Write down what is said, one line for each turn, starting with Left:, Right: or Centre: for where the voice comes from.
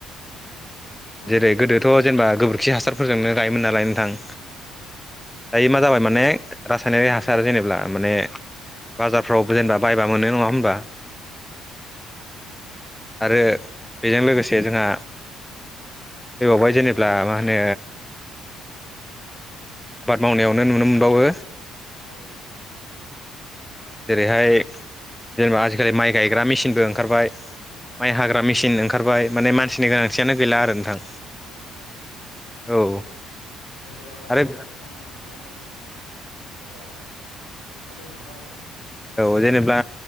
Left: औ
Centre: जेरै-गोदोथ'
Left: नोंथां
Centre: जेनेबा गोबोर खि हासारफोरजोंनो गायोमोन नालाय नोंथां।
Left: उम
Centre: दायो मा जाबाय माने रासायनारि हासार जेनेब्ला माने बाजारफ्राव जेनेबा बायबा मोनो। नङा होनबा? आरो बेजों लोगोसे जोंहा फैबावबाय जेनेब्ला मा हो नो आबाद मावनायावनो
Left: औ नोंथां
Centre: नुनो मोनबावो
Left: औ
Centre: जेरैहाय जेनेबा आजिखालि माइ गायग्रा मेचिनबो ओंखारबाय
Left: नंगौ
Centre: माइ
Left: नोंथां
Centre: हाग्रा मेसिन ओंखारबाय माने मानसिनि
Left: औ नोंथां
Centre: गोनांथियानो गैला आरो नोंथां।
Left: औ नोंथां
Centre: औ
Left: हाजिरा मावना
Centre: आरो
Left: जानो सम मा होनना बुङो बेखौ जेनेबा खाबु मोनला आरो
Centre: औ जेनेबा